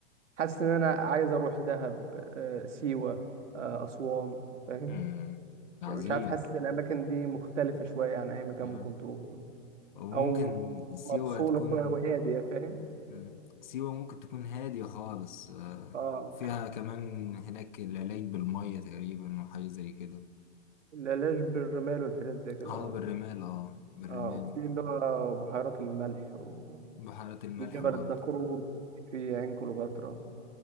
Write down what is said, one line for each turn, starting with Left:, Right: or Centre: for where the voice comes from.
Right: حاسس ان انا عايز اروح دهب آه سيوه آه اسوان فاهم
Left: مم. عظيم
Right: مش عارف حاسس الاماكن دي مختلفه شويه عن اي مكان
Left: آه.
Right: ممكن تروحه
Left: وممكن
Right: او
Left: سيوة
Right: مفصوله
Left: تكون
Right: شويه وهاديه فاهم
Left: مم. سيوة ممكن تكون هادية خالص آه،
Right: اه
Left: وفيها كمان هناك العلاج بالمية تقريبا وحاجة زي كده
Right: العلاج بالرمال والحاجات زي كده
Left: اه
Right: اه
Left: بالرمال اه بالرمال
Right: اه وفي اللي هو بحيرات الملح و-
Left: بحيرات الملح
Right: في جبل
Left: برضه
Right: الدكرور في عين كليوباترا